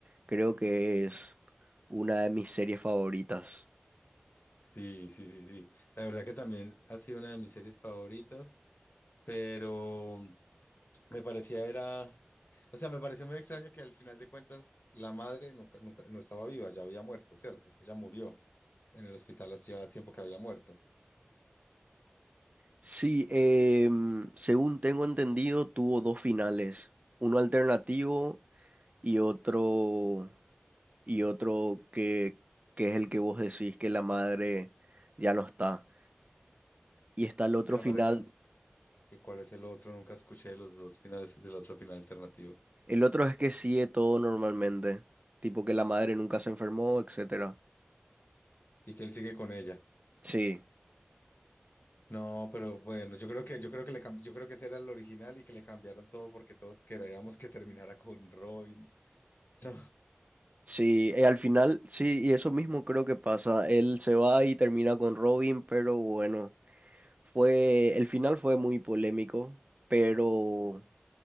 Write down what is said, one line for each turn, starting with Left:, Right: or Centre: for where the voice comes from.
Right: creo que es una de mis series favoritas.
Left: sí, sí, sí, sí. La verdad que también ha sido una de mis series favoritas, pero Me parecía era, o sea, me pareció muy extraño que al final de cuentas la madre nunca, nunca, no estaba viva, ya había muerto, ¿cierto? Ella murió en el hospital, hace ya tiempo que había muerto.
Right: Sí, em, según tengo entendido, tuvo dos finales, uno alternativo y otro y otro que, que es el que vos decís que la madre ya no está. Y está el otro
Left: Que la
Right: final,
Left: madre ya, ¿y cuál es el otro? Nunca escuché de los dos finales, del otro final alternativo.
Right: el otro es que sigue todo normalmente, tipo que la madre nunca se enfermó, etcétera.
Left: Y que él sigue con ella.
Right: Sí,
Left: No, pero bueno, yo creo que, yo creo que le, cam- yo creo que ese era el original y que le cambiaron todo porque todos queríamos que terminara con Robin. <laughs> No,
Right: sí, eh, al final, sí, y eso mismo creo que pasa. Él se va y termina con Robin, pero bueno, fue, el final fue muy polémico, pero